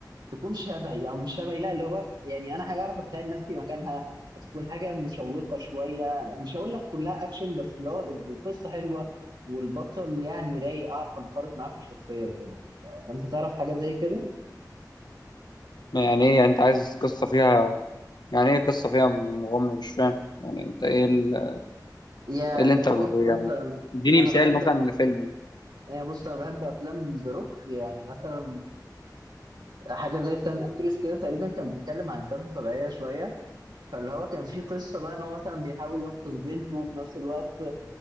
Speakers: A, on the right; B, on the left.
A: تكون شبهي او مش شبهي لا اللي هو يعني انا حاجه اعرف اتخيل نفسي مكانها تكون حاجه مشوقه شويه مش هقول لك كلها اكشن بس اللي هو القصه حلوه والبطل يعني رايق اعرف انخرط معاه في الشخصيه وكده ف... فانت تعرف حاجه زي كده
B: يعني ايه يعني انت عايز قصه فيها يعني ايه قصه فيها مغامره مش فاهم يعني انت ايه ال-
A: يعني
B: ايه اللي انت ب-
A: بص مثلا
B: يعني اديني
A: انا
B: مثال
A: بحب
B: مثلا لفيلم
A: يعني بص انا بحب افلام ذا روك يعني مثلا حاجه زي سان اندريس كده تقريبا كان بيتكلم عن كارثه طبيعيه شويه فاللي هو كان في قصه بقى ان هو مثلا بيحاول ينقذ بنته وفي نفس الوقت